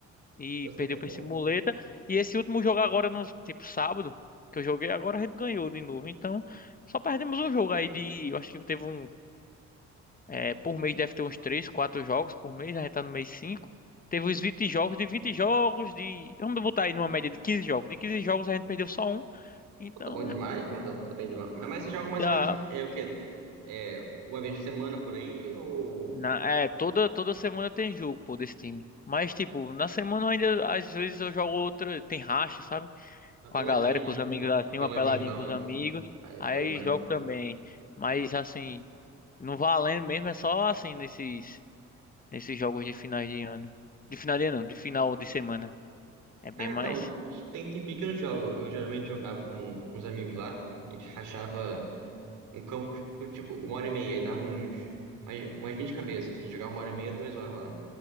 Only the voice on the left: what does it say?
e
perdeu
pra esse muleta. E esse último jogo agora, no, tipo, sábado, que eu joguei, agora a gente ganhou de novo. Então, só perdemos um jogo aí de, eu acho que teve um é, por mês deve ter uns 3, 4 jogos por mês, né? a gente tá no mês 5. Teve os 20 jogos, de 20 jogos, de. Vamos botar aí numa média de 15 jogos. De 15 jogos a gente perdeu só um. Então
é.
Tá.
Na, é, toda, toda semana tem jogo, pô, desse time. Mas, tipo, na semana eu ainda, às vezes eu jogo outra, tem racha, sabe?
Com
a galera,
com os amigos
assim,
uma peladinha
com os
amigos.
Aí
jogo também. Mas, assim, não valendo mesmo, é só assim, nesses, nesses jogos de finais de ano. De final de ano, não, de final de semana. É bem
mais.